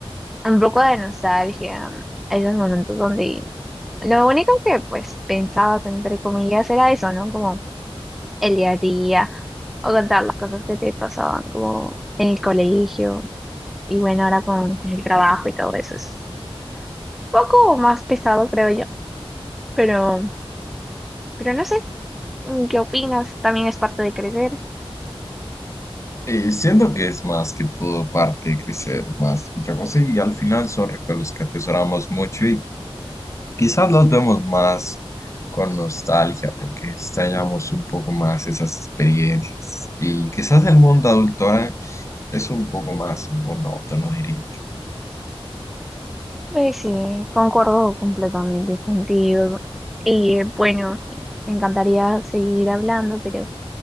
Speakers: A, in the centre; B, on the left.
A: un poco de nostalgia, esos momentos donde lo único que pues pensabas entre comillas era eso, ¿no? Como el día a día o contar las cosas que te pasaban como en el colegio Y bueno, ahora con, con el trabajo y todo eso es un poco más pesado, creo yo. Pero, pero no sé, mm, ¿qué opinas? También es parte de crecer.
B: Eh, siento que es más que todo parte de crecer, más que otra cosa, y al final son recuerdos que atesoramos mucho y Quizás los vemos más con nostalgia porque extrañamos un poco más esas experiencias y quizás el mundo adulto ahora es un poco más monótono, diría yo.
A: Pues sí, concuerdo completamente contigo. Y eh, bueno, eh, me encantaría seguir hablando, pero